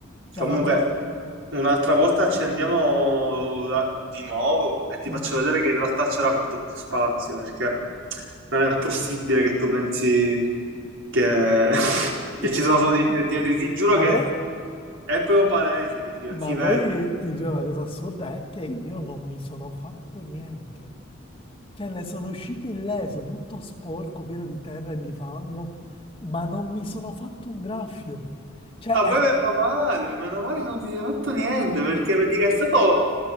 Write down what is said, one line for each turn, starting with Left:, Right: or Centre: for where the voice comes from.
Left: Cioè,
Right: Comunque,
Left: non me lo...
Right: un'altra volta ci andiamo da- di nuovo e ti
Left: Mm.
Right: faccio vedere che in realtà c'era molto più spazio, perché non è possibile che tu pensi che, <laughs> che
Left: <laughs>
Right: ci sono solo i dietro. Ti giuro che
Left: Ah, poi
Right: è proprio palese che si,
Left: Ma
Right: si vede.
Left: poi ti giuro, la cosa assurda è che io non mi sono fatto niente. Cioè, ne sono uscito illeso, tutto sporco, pieno di terra e di fango, ma non mi sono fatto un graffio. Cioè,
Right: Ah,
Left: è-
Right: poi meno male, meno male che non ti sei fatto niente, perché vedi che è stato...